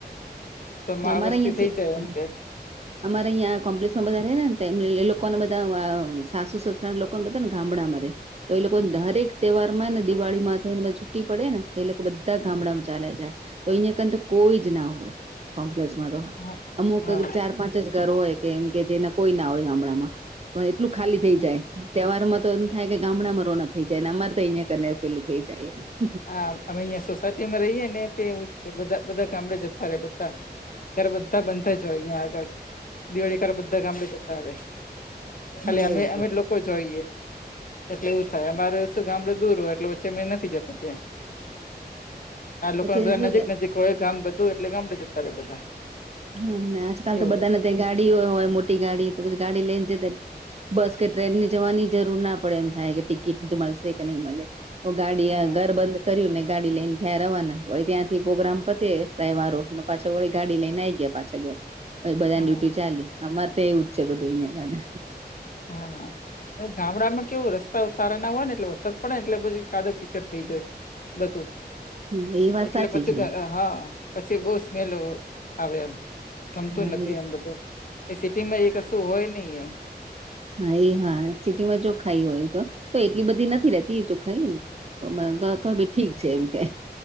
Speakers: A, on the left; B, on the right.
A: તો મા
B: છે અમારે
A: વસ્તી
B: અહિયાં
A: થઈ જાય એમ કે
B: <inaudible> અમારે અહીંયા કોમ્પ્લેક્ષમાં બધા રે ને એ લોકોને બધા સાસુ સસુરા લોકોને બધા ને ગામડામાં રે તો એ લોકોને દરેક તહેવાર માં ને દિવાળી માં થનેધ છુટી પડે ને તો એ લોકો બધા ગામડામાં ચાલે જાય તો અહીયા ક તો કોઈ જ ના હોય કોમ્પ્લેસમાં તો
A: હા
B: અમુક
A: હા
B: ચાર પાંચ જ ઘર હોય કેમ કે જેના કોઈ ના હોય ગામડામાં પણ એટલું ખાલી થઈ
A: હમ.
B: જાય તહેવાર માં તો એમ થાય કે ગામડામાં રોનક થઈ જાય ને અમારે તો અહિયાં કર પેલું થઈ જાય એમ
A: હા અમે અહંયા સોસાયટીમાં રહીએ ને એવું જ છે બધા બધા ગામડે જતા રે બધા ત્યારે બધા બંધ જ હોય અહયા આગળ દિવાળી કરવા બધા ગામડે જતા હ ખાલી
B: બરોબર
A: અમે અમે લોકો જોઈએ એટલે એવું થાય અમારે શું ગામડું દૂર હો એટલે પછે મે નથી જતા ત્યાં આ લોકો
B: પછી
A: બધા
B: શું
A: નજીક નજીક હોય ગામ બધું એટલે ગામડે જતા રે બધા
B: હા આજકાલ
A: એવું
B: તો બધાને
A: હોય
B: ત્યાં ગાડીઓ હોય મોટી ગાડી તો પછી ગાડી લઈને જતા બસ કે ટ્રેનની જવાની જરૂર ના પડે એમ થાય કે ટિકિટ મળશે કે નહીં મળે ગાડી
A: હા
B: ઘર બંધ કર્યું ને ગાડી લઈને થયાં રવાના ત્યાંથી પ્રોગ્રામ પતે ત્ર વારો પાછા ઓળી ગાડી લઈને આવી ગયા પાછા ઘર બધાને
A: હા
B: ડ્યુટી ચાલી અમારે તો એવું જ છે બધું અંહી કને
A: હા હા ગામડામાં કેવું રસ્તા રસ્તા સારા ના હોય ને એટલે વરસાદ પડે એટલે પછી કાદવ કીચડ થઈ જાય બધું
B: હા એ વાત
A: એટલે
B: સાચી
A: પછી
B: છે
A: હા પછી બહ સ્મેલો આવે એમ ગમતું
B: હા
A: નથી
B: એ
A: આમ બધું એ સિટીમાં એ કશું હોય નહ એમ
B: હા એ હા સિટીમાં જો ખાઈ હોય તો તો એટલી બધી નથી રતી જો ખાઈ એ તો ભી ઠીક છે એમ કે